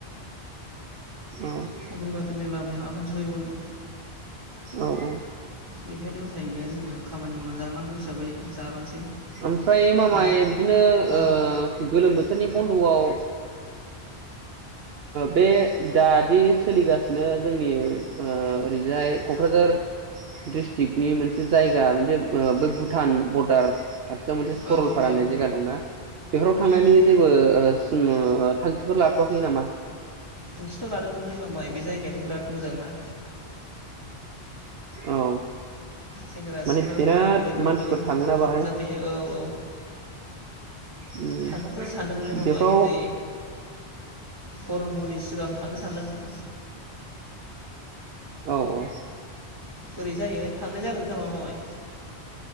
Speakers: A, on the right; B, on the right.
A: औ
B: साख्रि बाख्रिनि लामायाव आगान सफैबावनो।
A: औ
B: बेखायनो उफाय गैया जोंङो खामानि मावनानै जानांगौ हिसाबै जालांसै।
A: ओमफ्राय मामाय
B: नाजा
A: बिदिनो
B: औ
A: ओ गोलोम बोथोरनि बन्दआव बे दादि सोलिगासिनो जोंनि ओ ओरैजाय कक्राझार डिस्ट्रिकनि मोनसे जायगा मोनसे बै भुटान बरडार खाथियाव मोनसे सरलपारा
B: औ मामाय
A: होननाय
B: औ
A: जायगा दंना बेफोराव थांनानै
B: उम उम उम
A: जेबो ओ जोंङो थांखिफोर लाथ'वाखै नामा?
B: थांखिथ' लादोंमोनलै मामाय बे जायगायाथ' बिराद मोजां ना
A: औ
B: सेंग्रा
A: माने
B: सिख्ला
A: बिराद
B: बोराय बुरै बयबो
A: मानसिफोर थाङोना बाहाय?
B: रंजाहैयो औ औ
A: उम
B: थांनोथ' सानदोंमोनलै मामाय
A: बेखौ
B: नै गरम बन्द'नि सिगां थांनो सानदोंमोन।
A: औ औ
B: बोरै जायो थांनाय जागोन खोमा। मामाय